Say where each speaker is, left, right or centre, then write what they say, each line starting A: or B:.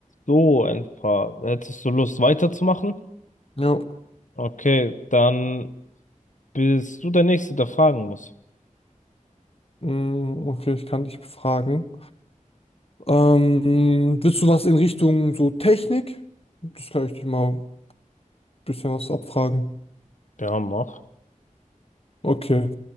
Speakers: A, on the left (about 65°); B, on the left (about 45°).
A: So, ein paar. Hättest du Lust weiterzumachen?
B: Ja,
A: Okay, dann bist du der Nächste, der fragen muss.
B: mm, okay, ich kann dich befragen. Ähm, willst du was in Richtung so Technik? Das kann ich dich mal ein bisschen was abfragen.
A: Ja, mach.
B: Okay,